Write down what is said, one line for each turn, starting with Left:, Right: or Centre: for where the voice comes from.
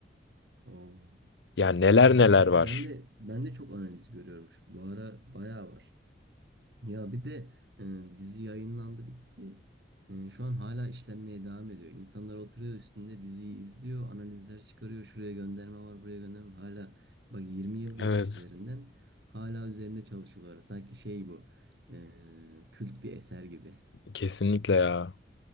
Right: Oo.
Left: Yani neler neler
Right: Ben
Left: var.
Right: de ben de çok analiz görüyormuş. Bu ara bayağı var. Ya bir de e, dizi yayınlandı bitti. E, şu an hala işlenmeye devam ediyor. İnsanlar oturuyor üstünde diziyi izliyor, analizler çıkarıyor. Şuraya gönderme var, buraya gönderme. var. Hala bak 20 yıl geçmiş
Left: Evet.
Right: üzerinden. Hala üzerinde çalışıyorlar. Sanki şey bu. e, kült bir eser gibi.
Left: Kesinlikle ya.